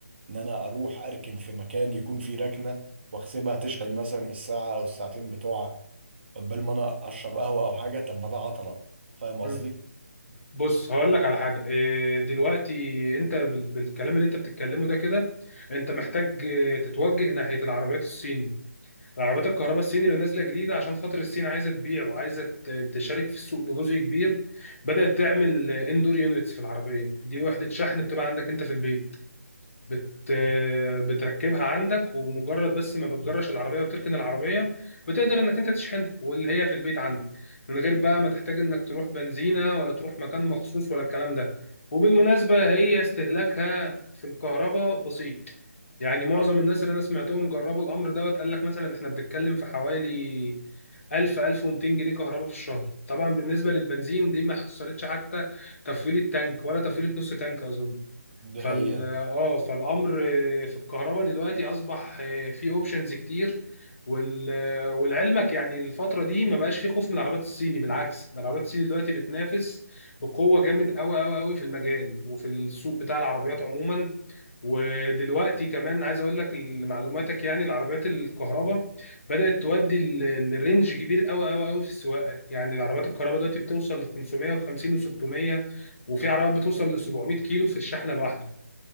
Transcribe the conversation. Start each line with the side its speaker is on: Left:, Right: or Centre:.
Right: ان انا اروح اركن في مكان يكون فيه ركنه واحسبها تشحن مثلا الساعه او الساعتين بتوعها قبل ما انا اشرب قهوه او حاجه طب ما ده عطله فاهم قصدي
Left: مم. بص هقول لك على حاجه إيه، دلوقتي انت بال- بالكلام اللي انت بتتكلمه ده كده انت محتاج إيه، تتوجه ناحيه العربيات الصيني العربيات الكهرباء الصيني اللي نازله جديده عشان خاطر الصين عايزه تبيع وعايزه ت- تشارك في السوق بجزء كبير بدات تعمل اندور يونتس في العربيه دي وحده شحن بتبقى عندك انت في البيت بت... بتركبها عندك ومجرد بس ما بتجرش العربيه وتركن العربيه بتقدر انك انت تشحنها واللي هي في البيت عندك من غير بقى ما تحتاج انك تروح بنزينه ولا تروح مكان مخصوص ولا الكلام ده وبالمناسبه هي استهلاكها في الكهرباء بسيط يعني معظم الناس اللي انا سمعتهم جربوا الامر دوت قال لك مثلا احنا بنتكلم في حوالي 1000 1200 جنيه كهرباء في الشهر طبعا بالنسبه للبنزين دي ما حصلتش حتى تفويله تانك ولا تفويله نص تانك اظن
Right: دي
Left: فال
Right: حقيقه
Left: اه فالامر في الكهرباء دلوقتي اصبح آه، في اوبشنز كتير وال... ولعلمك يعني الفتره دي ما بقاش في خوف من العربيات الصيني بالعكس ده العربيات الصيني دلوقتي بتنافس بقوه جامد قوي قوي قوي في المجال وفي السوق بتاع العربيات عموما ودلوقتي كمان عايز اقول لك لمعلوماتك يعني العربيات الكهرباء بدات تودي ال- الرينج كبير قوي قوي قوي في السواقه يعني العربيات الكهرباء دلوقتي بتوصل ل 550 و600 وفي عربيات بتوصل ل 700 كيلو في الشحنه الواحده